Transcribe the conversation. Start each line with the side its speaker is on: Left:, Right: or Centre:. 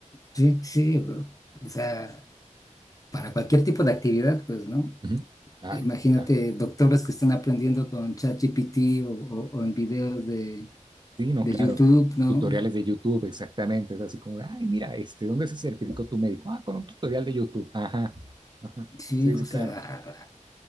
Left: Sí, sí, o o sea, para cualquier tipo de actividad, pues, ¿no?
Right: Ujú. Claro,
Left: Imagínate
Right: claro.
Left: doctores que están aprendiendo con ChatGPT o, o, o en videos de,
Right: Sí, no,
Left: de
Right: claro.
Left: YouTube, ¿no?
Right: Tutoriales de YouTube, exactamente. Es así como, de, ay, mira, este, ¿dónde se certificó tu médico? Ah, con un tutorial de YouTube. Ajá, ajá.
Left: Sí,
Right: Sí,
Left: o
Right: sí,
Left: sea,
Right: claro.